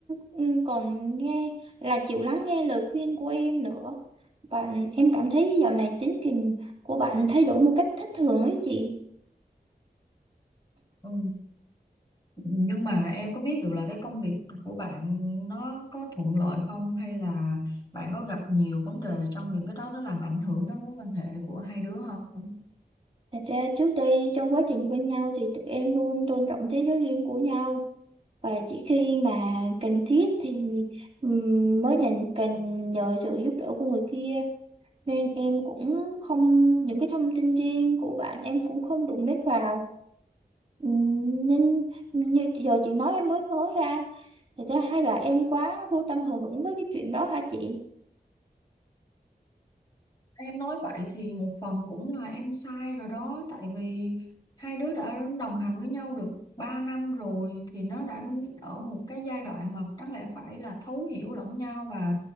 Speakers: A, on the right (about 35°); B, on the left (about 25°).
A: ừ, còn nghe là chịu lắng nghe lời khuyên của em nữa bạn em cảm thấy dạo này tính tình của bạn thay đổi một cách thất thường ấy chị
B: Ừ. Nhưng mà em có biết được là cái công việc của bạn nó có thuận lợi không hay là bạn có gặp nhiều vấn đề trong những cái đó nó làm ảnh hưởng tới mối quan hệ của hai đứa không?
A: thật ra trước đây trong quá trình quen nhau thì tụi em luôn tôn trọng thế giới riêng của nhau và chỉ khi mà cần thiết thì ừm, mới nhận cần nhờ sự giúp đỡ của người kia nên em cũng không những cái thông tin riêng của bạn em cũng không đụng đến vào Ừ, nên như giờ chị nói em mới nhớ ra thật ra hay là em quá vô tâm hờ hững với cái chuyện đó hả chị
B: Em nói vậy thì một phần cũng là em sai rồi đó tại vì hai đứa đã đồng hành với nhau được 3 năm rồi thì nó đã ở một cái giai đoạn mà đáng lẽ phải là thấu hiểu lẫn nhau và